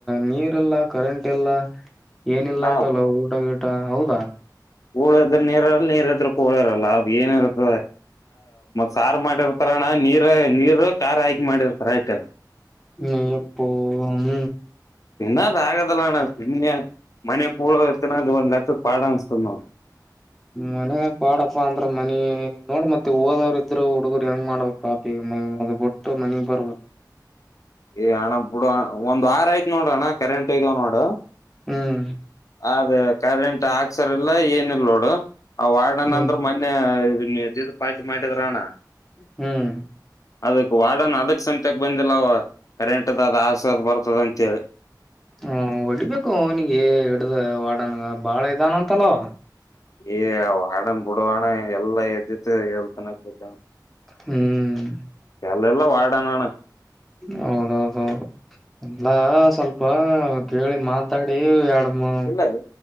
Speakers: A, in the centre; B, on the left (about 50°).
A: ನೀರ್ ಎಲ್ಲ ಕರೆಂಟ್ ಎಲ್ಲ ಏನಿಲ್ಲ
B: ನಾ
A: ಅಂತಲ್ಲ ಊಟ. ಹೌದಾ.
B: ಹೋಳ ಇದ್ರ ನೀರ್ರಲ್ಲ ನೀರ್ ಇದ್ರಕ್ಕ ಹೂಳ ಇರಲ್ಲ ಅದು ಏನಿರುತ್ತದ ಸಾರು ಮಾಡಿ. ಿರ್ತಾರ ನಾ ನೀರ್ ನೀರು ಾರ್ ಹಾಕಿ ಮಾಡಿರ್ತಾರ ಆಯ್ತ.
A: ನೀ ಎಪ್ಪ ಹ್ಮ
B: ತಿನ್ನದ್ ಆಗದಲ್ಲಣ್ಣ ಸುಮ್ಮನೆ ಮನೆ ಕೂಳತ್ತಿನದು ಒಂದ್ ಹತ್ತಕ್ ಪಾಡ ಅನ್ಸ್ತದ ನೋಡ
A: ಮನೆ ಪಾಡಪ್ಪ ಅಂದ್ರ ಮನ ನೋಡ್ ಮತ್ತೆ ಓದೋರ ಇದ್ರ್ ಹುಡ್ಗರು ಹೆಂಗ್ ಮಾಡ್ಬೇಕು ಪಾಪಿ ಅದು ಬಿಟ್ಟು ಮನಗ್ ಬರ್ಬೇಕು
B: ಏ ಅಣ್ಣ ಬಿಡಣ ಒಂದ್ ವಾರ ಆಯ್ತ ನೋಡ ಅಣ್ಣ ಕರೆಂಟ್ ಇದಗಾವ ನೋಡ
A: ಹ್ಮ್
B: ಅದೇ ಕರೆಂಟ್ ಹಾಕ್ಸರ್ಲ್ಲ ಏನ ಇಲ್ ನೋಡು ಆ ವಣನಂದ್ರ
A: ಹ್ಮ್
B: ಮೊನ್ನ ಪಾ್ಟಿ ಮಾಡಟಿದ್ರ ಅಣ್ಣ
A: ಹ್ಮ್
B: ಅದಕ್ ವಾಡನ್ ಅದಕ್ ಸಮತಕ್ ಬಂದಿಲ್ಲ ಅವ ಕರೆಂಟದ ಅದ ಆಸದ್ ಬರ್ತದ ಅಂತೇಳಿ
A: ಹ್ಮ ಹೊಡಿಬೇಕು ನಿಿಗೆ ಹಿಡ್ದ ವಾಡನ್ ಬಾಳ ಇದಾನ ಅಂತಲ್ಲವ
B: ಏ ಅಣ ಬಿಡ ಅಣ ಎಲ್ಲಾ ಎದ್ದತ್ತು ಎಲ್ ಚೆನ್ನಕ್ ಗತ
A: ಹ್ಮ್
B: ಅಲ್ಲೆಲ್ಲ ವಾಡಾನು
A: ಹೌದೌದೌದು ಅಲ್ಲಾ ಸ್ವಲ್ಪ ಕೇಳಿ ಮಾತಾಡಿ ಎರಡ್ಮ
B: ಇಲ್ಲ ರೀ